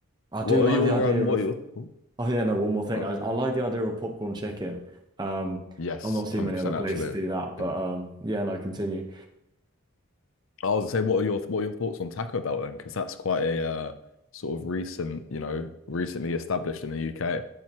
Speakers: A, on the right; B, on the left.
A: I
B: What
A: do like
B: are your
A: the idea
B: um?
A: of
B: What are your?
A: oh yeah no one more thing
B: Uh,
A: I, I like the idea of popcorn chicken. Um
B: yes,
A: I'm not
B: one
A: seeing
B: hundred
A: many
B: percent.
A: other places
B: Actually,
A: do that but
B: I
A: um yeah no continue.
B: was gonna say, what are your what are your thoughts on Taco Bell then? Because that's quite a uh, sort of recent, you know, recently established in the UK.